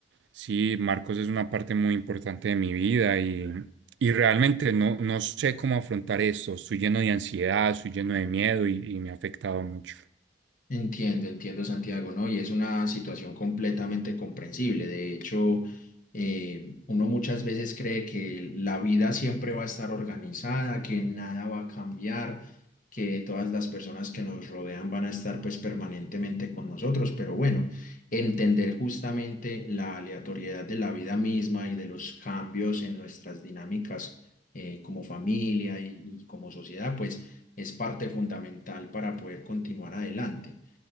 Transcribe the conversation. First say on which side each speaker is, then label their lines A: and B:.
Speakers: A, on the right; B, on the left.
A: Sí, Marcos es una parte muy importante de mi vida y, y realmente no, no sé cómo afrontar esto. Estoy lleno de ansiedad, estoy lleno de miedo y, y me ha afectado mucho.
B: Entiendo, entiendo, Santiago, ¿no? Y es una situación completamente comprensible. De hecho, eh, uno muchas veces cree que la vida siempre va a estar organizada, que nada va a cambiar, que todas las personas que nos rodean van a estar pues permanentemente con nosotros. Pero bueno, entender justamente la aleatoriedad de la vida misma y de los cambios en nuestras dinámicas eh, como familia y y como sociedad, pues es parte fundamental para poder continuar adelante.